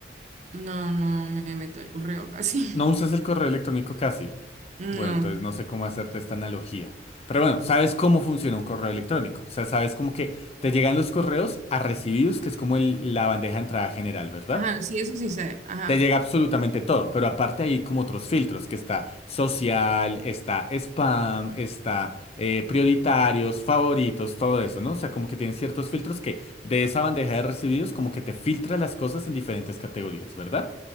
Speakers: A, on the right; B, on the left.
A: No, no me meto el correo casi. <laughs>
B: No usas el correo electrónico casi.
A: No.
B: Bueno, entonces no sé cómo hacerte esta analogía. Pero bueno, sabes cómo funciona un correo electrónico. O sea, sabes como que te llegan los correos a recibidos, que es como el- la bandeja de entrada general, ¿verdad?
A: Ajá, sí, eso sí sé. Ajá,
B: Te llega absolutamente todo, pero aparte hay como otros filtros, que está social, está spam, está eh, prioritarios, favoritos, todo eso, ¿no? O sea, como que tienen ciertos filtros que de esa bandeja de recibidos como que te filtra las cosas en diferentes categorías, ¿verdad?